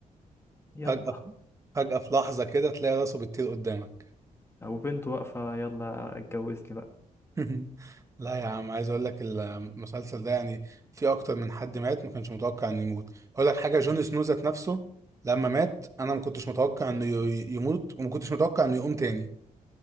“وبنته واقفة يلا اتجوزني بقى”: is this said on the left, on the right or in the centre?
Left